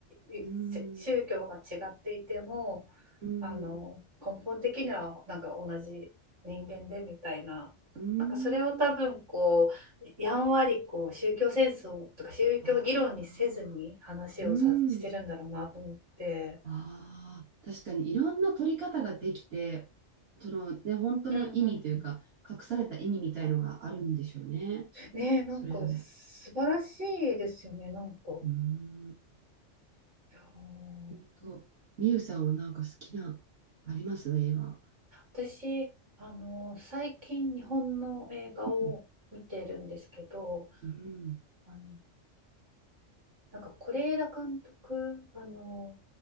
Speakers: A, on the right (about 75°); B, on the right (about 55°).
A: いせ宗教が違っていても、
B: うん、うん、
A: あの、根本的にはなんか同じ人間でみたいな、
B: うん、
A: なんかそれを多分こう、やんわりこう宗教戦争とか宗教議論にせずに話をさしてるんだろうなと思って。
B: ああ、うん、ああ、確かにいろんな取り方ができて、そのね、本当の意味というか、
A: うんうんうん
B: 隠された意味みたいのがあるんでしょうね、
A: ねえ、なんか素晴らしいですよね、
B: それぞれ。
A: なんか。
B: うーん
A: いやー
B: 本当、みゆさんはなんか好きな、あります映画。
A: 私、あの、最近日本の映画を見てるんですけど、
B: うん、うん、
A: あの、なんか是枝監督、あの、